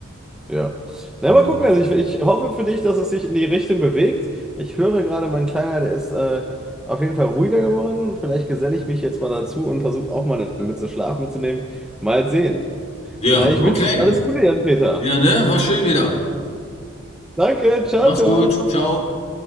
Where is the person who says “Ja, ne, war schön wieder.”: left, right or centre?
Left